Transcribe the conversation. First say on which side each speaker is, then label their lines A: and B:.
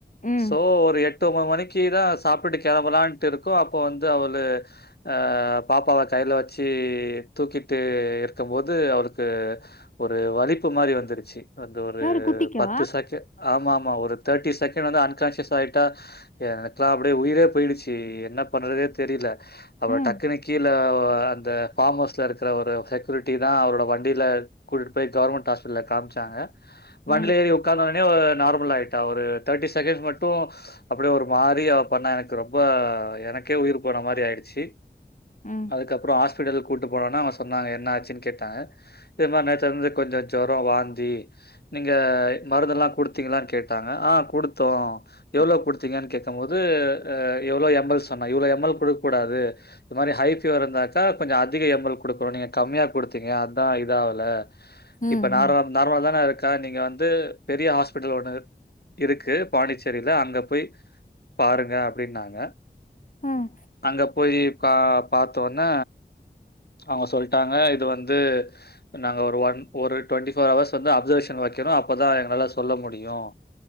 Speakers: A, on the left (about 45°); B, on the left (about 60°).
A: ம்.
B: சோ ஒரு எட் எட்டு ஒன்பது மணிக்கு தா சாப்பிட்டு கிளம்பலான்ட்டு இருக்கு அப்போ வந்து அவளு அ பாப்பாவ கையில வச்சு தூக்கிட்டு இருக்கும்போது அவளுக்கு ஒரு வலிப்பு மாரி வந்துருச்சு அது ஒரு
A: யாரு குட்டிக்கா?
B: பத்து சாக் ஆமா ஆமா ஆமா ஒரு தேர்டி செகண்ட் வந்து அன்கான்சியஸ் ஆட்டா எனக்கலா அப்டியே உயிரே போயிடுச்சு என்ன பண்றதே தெரில அப்புறோ
A: ம்,
B: டக்குனு கீழ வ இந்த ஃபார்ம் ஹவுஸ்ல இருக்கிற ஒரு செக்யூரிட்டி தா அவரோட வண்டியில கூட்டிட்டு போய் கவர்மெண்ட் ஹாஸ்பிட்டல காமிச்சாங்க
A: ம்,
B: வண்டில
A: ம்,
B: ஏறி உக்காந்தோனே ஒரு நார்மல் ஆயிட்டா ஒரு தேர்ட்டி செகண்ட் மட்டு அப்டியே ஒரு மாரி அவ பண்ணா எனக்கு ரொம்ப எனக்கே உயிர் போன மாரி ஆயி ச்சி
A: ம்,
B: அதுக்கப்புறோ ஆஸ் ஹாஸ்பிடலுக்கு கூப்ட்டு போனோனா அவுங்க சொன்னாங்க என்ன ஆச்சுன்னு கேட்டாங்க இதே மாரி நேத்துலந்து கொஞ்சோ ஜொரோ வாந்தி நீங்க மருந்தெல்லா கொடுத்தீங்களான்னு கேட்டாங்க ஆ கொடுத்தோ எவ்ளோ கொடுத்தீங்கன்னு கேட்கும்போது அ எவ்ளோ எம்எல் சொன்னா இவ்ளோ எம்எல் கொடு கூடாது இது மாரி ஹை ஃபீவர் வந்தாக்கா கொஞ்சோ அதிக எம்எல் கொடுக்கோன்னு நீங்க கம்மியா கொடுத்தீங்க அதா இதாவல
A: ம்,
B: இப்ப நார்ல் நார்மல தானே இருக்கு த நீங்க வந்து பெரிய ஹாஸ்பிட்டல் ஒன்னு இருக்கு பாண்டிச்சேரில அங்க போய் பாருங்க அப்டின்னாங்க
A: ம்
B: அங்க போயி கா பாத்த ஒன்னே அவுங்க சொல்ட்டாங்க இது வந்து நாங்க ஒரு ஒன் ஒரு டொண்ட்டி போர் ஹவர்ஸ் வந்து அப்சர்வேஷன்ல வைக்கரோ அப்பதா எங்களால சொல்ல முடியும்